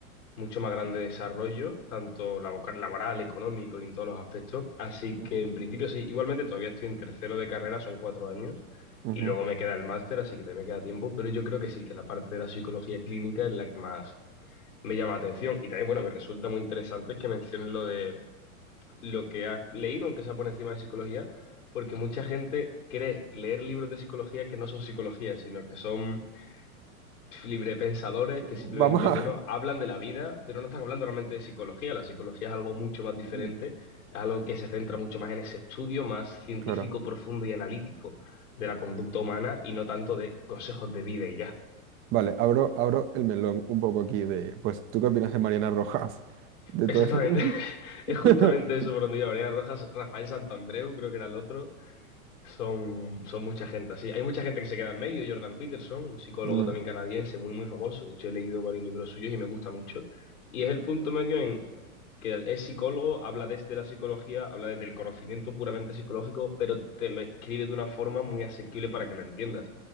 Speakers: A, on the left; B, on the right.
A: mucho más grande de desarrollo, tanto labo- laboral, económico y en todos los aspectos. Así
B: ujú,
A: que en principio sí, igualmente todavía estoy en tercero de carrera, son cuatro años.
B: ujú.
A: Y luego me queda el máster, así que todavía me queda tiempo, pero yo creo que sí, que la parte de la psicología clínica es la que más me llama la atención. Y también, bueno, me resulta muy interesante que menciones lo de lo que has leído, aunque sea por encima de psicología, porque mucha gente cree leer libros de psicología que no son psicología, sino que son pf, librepensadores
B: Vamos
A: que simplemente,
B: a...
A: bueno, hablan de la vida, pero no están hablando realmente de psicología. La psicología es algo mucho más diferente,
B: <laughs>
A: es algo que se centra mucho más en ese estudio más científico,
B: Claro.
A: profundo y analítico de la conducta humana y no tanto de consejos de vida y ya.
B: Vale, abro, abro el melón un poco aquí de, pues, ¿tú qué opinas de Mariana Rojas? De
A: Exactamente,
B: todo eso.
A: <laughs> es
B: <laughs>
A: justamente eso por donde iba. Mariana Rojas, Rafael Santandreu, creo que era el otro. Son, son mucha gente así. Hay mucha gente que se queda en medio. Jordan Peterson, un psicólogo
B: Mm,
A: también canadiense, muy, muy famoso. De hecho, he leído varios libros suyos y me gusta mucho. Y es el punto medio en que es psicólogo, habla desde la psicología, habla desde el conocimiento puramente psicológico, pero te lo escribe de una forma muy asequible para que lo entiendas.